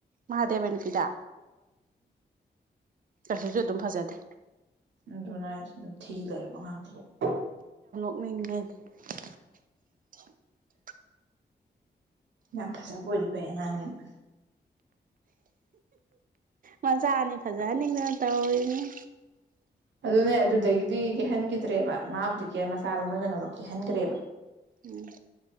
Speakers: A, on the right; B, on the right.
A: ꯃꯍꯥꯗꯦꯕ ꯅꯨꯄꯤꯗ ꯑꯁꯤꯁꯨ ꯑꯗꯨꯝ ꯐꯖꯗꯦ
B: ꯑꯗꯨꯅꯦ ꯍꯥꯢꯁꯦ ꯑꯗꯨꯝ ꯊꯤ ꯂꯩꯔꯕ ꯑꯉꯥꯡꯗꯨꯕꯨ
A: <unintelligible>
B: ꯌꯥꯝ ꯐꯖꯕ ꯑꯣꯏꯗꯤ ꯐꯩ ꯑꯉꯥꯡ ꯅꯦꯅ
A: ꯃꯆꯥꯅꯤ ꯐꯖꯍꯟꯅꯤꯡꯗꯅ ꯇꯧꯔꯤꯅꯤꯅꯦ
B: ꯑꯗꯨꯅꯦ ꯑꯗꯨꯗꯒꯤꯗꯤ ꯀꯦꯍꯟꯈꯤꯗ꯭ꯔꯦꯕ ꯃꯥꯕꯨꯗꯤ ꯀꯦ ꯃꯆꯥꯗꯣ ꯃꯣꯏ ꯀꯩꯅꯣꯗ ꯀꯦꯍꯟꯈ꯭ꯔꯦꯕ
A: ꯎꯝ